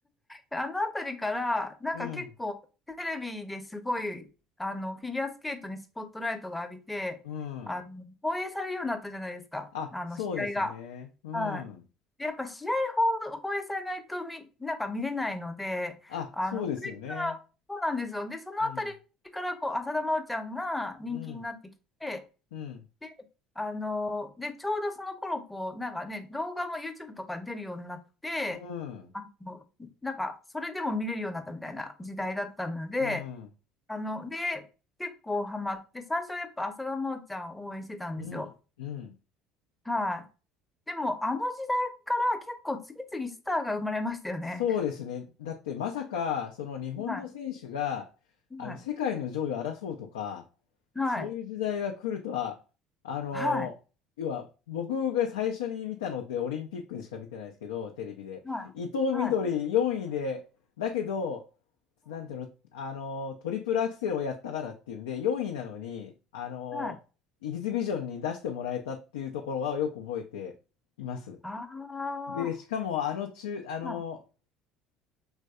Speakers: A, in the centre; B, on the left.
A: あのあたりから、なんか結構テレビですごい、
B: うん。
A: あの、フィギュアスケートにスポットライトが浴びて、
B: うん。
A: あの、放映されるようになったじゃないですか、
B: あ、
A: あの、
B: そうですね。
A: 試合が。
B: うん。
A: はい。でやっぱ試合放放映されないと見、なんか見れないので、
B: あ、
A: あの、
B: そうですよね。
A: これから、そうなんですよ。で、そのあたりから、
B: うん。
A: こう、浅田真央ちゃんが人気になってきて、
B: うん、うん、
A: で、あの、で、ちょうどその頃、こう、なんかね、動画も YouTube とかに出るようになって、
B: うん、
A: あの、なんか、それでも見れるようになったみたいな時代だったので、
B: うん、
A: あの、で、結構ハマって、最初はやっぱ浅田真央ちゃんを応援してたんですよ。
B: うん、うん。
A: はい。でも、あの時代から結構次々スターが生まれましたよね。
B: そうですね。だってまさか、その日本の選手が、
A: はい。はい。
B: あの、世界の上位を争うとか、
A: はい。
B: そういう時代が来るとは、あの、
A: はい。
B: 要は、僕が最初に見たのってオリンピックでしか見てないですけど、テレビで。
A: は
B: 伊藤みどり4位で、
A: い。
B: だけど、なんていうの、あの、トリプルアクセルをやったからっていうんで、4位なのに、あの、
A: はい。
B: エキシビジョンに出してもらえたっていうところはよく覚えています。
A: ああ、
B: で、しかもあの中、あの、
A: はい。